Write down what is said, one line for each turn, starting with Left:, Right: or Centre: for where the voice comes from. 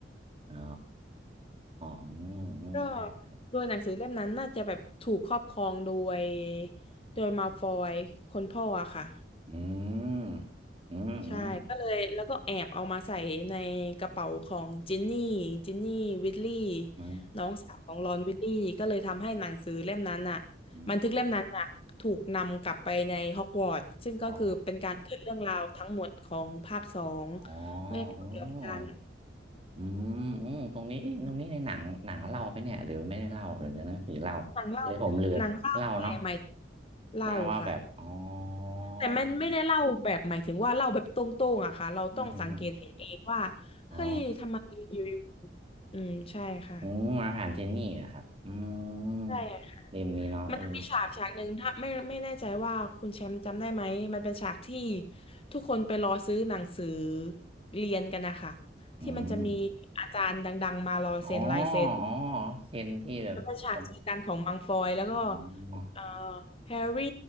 Right: อ๋ออืมอืมใช่
Left: ก็โดยหนังสือเล่มนั้นน่าจะแบบถูกครอบครองโดยโดยมาฟอยคนพ่ออะค่ะ
Right: อืมอืมอืม
Left: ใช่ก็เลยแล้วก็แอบเอามาใส่ในกระเป๋าของจินนี่จินนี่วิทลี่
Right: อืม
Left: น้องสาวของรอนวิทลี่ก็เลยทำให้หนังสือเล่มนั้นอ่ะ
Right: อม
Left: บันทึกเล่มนั้นอ่ะถูกนำกลับไปในฮอกวอตส์ซึ่งก็คือเป็นการขึ้นเรื่องราวทั้งหมดของภาคสอง
Right: อ๋ออ๋อ
Left: เมื่อพูดเกี่ยวกับการ
Right: อ๋ออืมอืมตรงนี้เอ๊ะตรงนี้ในหนังหนังเล่าไปเนี่ยหรือไม่ได้เล่าหรือในหนังสือเล่า
Left: หนังเล่า
Right: เลยผมเลือนเล่าเนาะ
Left: หนังเล่าอะไรใหม่เล่าค่ะ
Right: นางว่าแบบอ๋อออ
Left: แต่มันไม่ได้เล่าแบบหมายถึงว่าเล่าแบบตรงๆอะค่ะเราต้องสังเกตเห็นเองว่า
Right: อืมอืมอืมอ๋อ
Left: เฮ้ยทำไมอยู่ๆอืมใช่ค่ะ
Right: อืมมาผ่านเจนนี่นะครับอืม
Left: ใช่ค่ะ
Right: เล่มนี้เนาะเออ
Left: มันจะมีฉากฉากหนึ่งถ้าไม่ไม่แน่ใจว่าคุณแชมป์จำได้ไหมมันเป็นฉากที่ทุกคนไปรอซื้อหนังสือเรียนกันนะคะ
Right: อืม
Left: ที่มันจะมีอาจารย์ดังๆมารอเซ็นลายเซ็น
Right: อ๋ออ๋อเซนที่แบบผม
Left: มันเป็นฉากเจอกันของมังฟอยแล้วก็
Right: อ๋อ
Left: เอ่อแฮร์รี่